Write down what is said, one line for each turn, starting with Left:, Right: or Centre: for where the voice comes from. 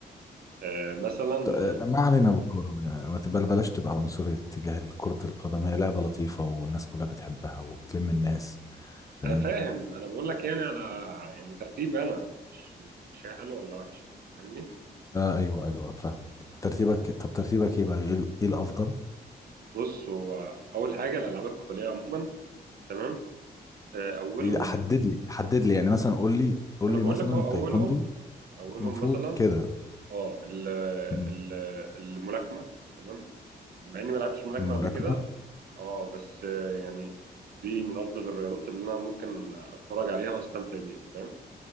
Right: آه، مثلا
Left: ط- لا، ما علينا بالكورة ما تبقى بلاش تبقى عنصري تجاه كرة القدم هي لعبة لطيفة والناس كلها بتحبها وبتلم الناس فاهم
Right: انا فاهم انا بقول لك يعني على يعني ترتيب انا مش مش هي حلو ولا وحش فاهمني
Left: آه ايوه ايوه فاهمك ترتيبك طب ترتيبك ايه بقى ايه ال- إيه الافضل
Right: بص هو اول حاجه الالعاب القتاليه عموما تمام آه، اولهم
Left: إيه- حدد لي حدد لي يعني مثلا قول لي قول
Right: انا
Left: لي
Right: بقول
Left: مثلا
Right: لك اهو اولهم
Left: تايكوندو
Right: اولهم
Left: كونغ فو
Right: مثلا
Left: كده
Right: اه ال-
Left: مم.
Right: ال- الملاكمه تمام مع اني ما لعبتش ملاكمه
Left: الملاكمة
Right: قبل كده اه بس آه، يعني دي من افضل الرياضات اللي انا ممكن اتفرج عليها واستمتع بيها فاهم